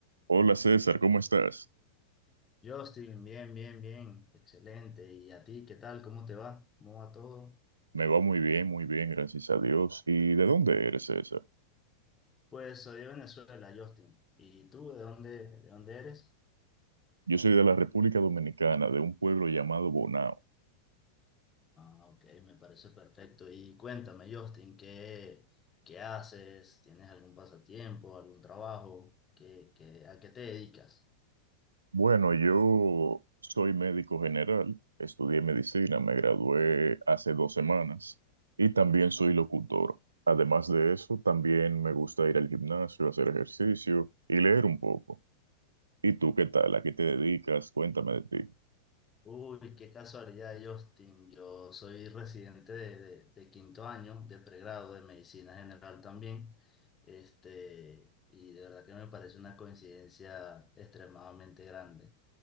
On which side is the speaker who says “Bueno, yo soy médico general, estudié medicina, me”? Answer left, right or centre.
Right